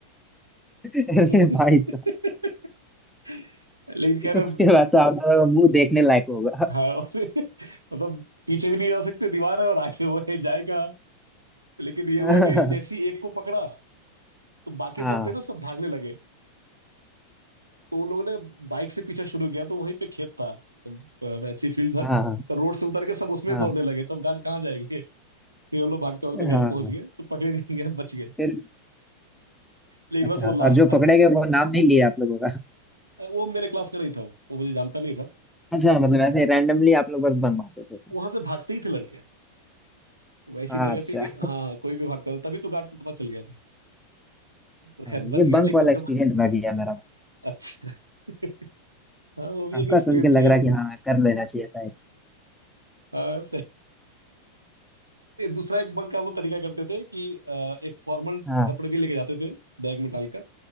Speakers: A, in the centre; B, on the right.
A: <laughs> अरे
B: <laughs>
A: भाई साहब
B: लेकिन खैर अब-
A: उसके बाद तो आप लोगों का मुंह देखने लायक होगा
B: हाँ <laughs> मतलब पीछे भी नहीं जा सकते दीवार है और आगे वो है जाएगा लेकिन ये हुआ
A: <laughs> हाँ
B: कि जैसे ही एक को पकड़ा तो बाकी
A: हाँ
B: सब थे ना सब भागने लगे तो उन लोगों ने बाइक से पीछा शुरू किया तो वहीं पे खेत था तो वैसी फील्ड था
A: हाँ
B: तो रोड से उतर के सब उसमें
A: हाँ
B: दौड़ने लगे तब तो गार्ड कहाँ जाएंगे फिर हम लोग भागते भागते
A: हाँ हाँ
B: घर पहुंच गए तो पकड़े नहीं गए बच गए
A: फिर
B: लेकिन
A: अच्छा
B: बस वो लास्ट
A: और जो
B: था
A: पकड़े गए वो नाम नहीं लिया आप लोगों
B: अ, वो मेरे क्लास का नहीं था वो वो मुझे जानता नहीं था
A: अच्छा मतलब ऐसे रैंडमली आप लोग बस बंक मारते थे
B: वहां से भागते ही थे लड़के वो ऐसी
A: अच्छा
B: जगह थी कि हाँ हाँ, कोई भी भागता था तभी तो गार्ड को पता चल गया था तो
A: हाँ,
B: खैर बच
A: ये
B: गए
A: बंक
B: लेकिन
A: वाला
B: उसके
A: एक्सपीरियंस
B: बाद
A: रह गया मेरा
B: अच्छा <laughs> हाँ वो भी
A: आपका
B: एक एक्सपीरियंस
A: सुन के लग
B: ही है
A: रहा
B: एक
A: है
B: तरह
A: कि
B: से
A: हाँ कर लेना चाहिए था एक
B: हाँ सही <laughs> दूसरा एक बंक का हम लोग तरीका करते थे कि अ, एक फॉर्मल
A: हाँ
B: कपड़े भी लेके जाते थे बैग में डालकर